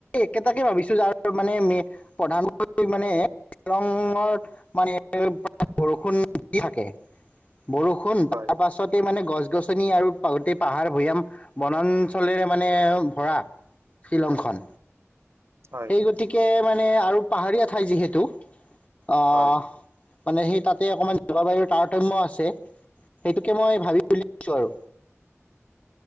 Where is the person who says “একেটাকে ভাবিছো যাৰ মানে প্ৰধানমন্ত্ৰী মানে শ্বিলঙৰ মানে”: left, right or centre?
Left